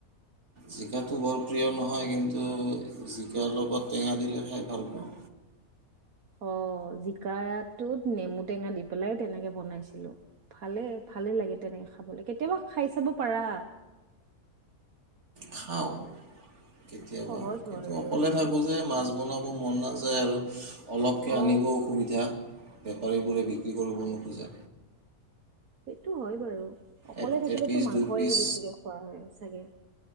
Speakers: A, on the right; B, on the right.
A: জিকাত টো বৰ প্ৰিয় নহয় কিন্তু জিকাৰ লগত টেঙা দিলে খাই ভাল পাওঁ
B: অ জিকাটোত নেমু টেঙা দি পেলাই তেনেকে বনাইছিলো ভালে ভালে লাগে তেনেকে খাবলে কেতিয়াবা খাই চাব পাৰা
A: খাওঁ কেতিয়াবা
B: সহজ
A: কিন্তু
B: হয় আৰু
A: অকলে
B: মানে
A: থাকোঁ যে মাছ বনাব মন নাযা যায় আৰু অলপকে
B: অ
A: আনিব অসুবিধা বেপাৰীবোৰে বিক্ৰী কৰিব নোখোজে
B: সেইটো হয় বাৰু অকলে
A: এ
B: থাকিলেতো
A: এপিচ
B: মাংসয়
A: দুই পিচ
B: বেছিকে খোৱা হয় চাগে